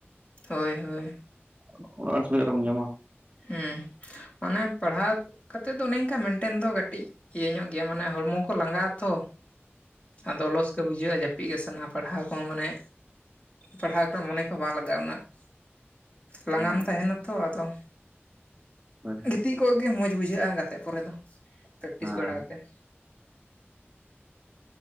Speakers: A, on the left; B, on the right.
A: ᱦᱳᱭ ᱦᱳᱭ᱾
B: <unintelligible> ᱥᱚᱢᱚᱭ ᱟᱨ ᱦᱚᱢ ᱧᱟᱢᱟ᱾
A: ᱦᱩᱸ ᱚᱱᱮ ᱯᱟᱲᱦᱟᱜᱼᱼ ᱠᱟᱛᱮᱜ ᱫᱚ ᱚᱱᱮ ᱮᱝᱠᱟ ᱢᱮᱱᱴᱮᱱ ᱫᱚ ᱠᱟᱹᱴᱤᱡ ᱤᱭᱟᱹ, ᱧᱚᱜ ᱜᱮᱭᱟ ᱢᱟᱱᱮ ᱦᱚᱲᱢᱚ ᱠᱚ ᱞᱟᱸᱜᱟᱜ ᱟᱛᱚ᱾ ᱟᱫᱚ ᱞᱚᱥ ᱜᱮ ᱵᱩᱡᱷᱟᱹᱜ-ᱟ᱾ ᱡᱟᱼᱼ ᱯᱤᱜ ᱜᱮ ᱥᱟᱱᱟ -ᱟ ᱯᱟᱲᱦᱟᱣ ᱠᱚᱦᱚᱸ ᱢᱟᱱᱮ ᱯᱟᱲᱦᱟᱣ ᱠᱚ ᱢᱚᱱᱮ ᱠᱚᱦᱚᱸ ᱵᱟᱝ ᱞᱟᱜᱟᱜ ᱩᱱᱟᱹᱜ ᱾ ᱞᱟᱸᱜᱟᱢ
B: ᱦᱮᱸ
A: ᱛᱟᱦᱮᱱᱟ ᱛᱚ ᱟᱫᱚᱼᱼ
B: ᱦᱳᱭ
A: ᱜᱤᱛᱤᱡ ᱠᱚ ᱜᱮ ᱢᱚᱡᱽ ᱵᱩᱡᱷᱟᱹᱜ-ᱟ᱾ ᱜᱟᱛᱮᱜ ᱯᱚᱨᱮ ᱫᱚ ᱯᱮᱠᱴᱤᱥ
B: ᱦᱮᱸ
A: ᱵᱟᱲᱟ ᱠᱟᱛᱮᱜ᱾